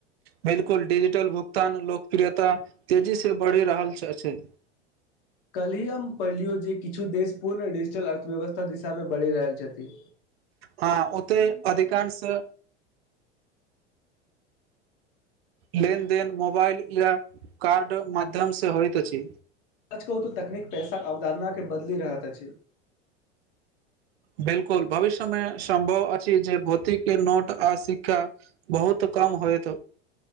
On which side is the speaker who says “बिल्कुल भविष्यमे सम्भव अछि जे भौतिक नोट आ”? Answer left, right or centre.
Right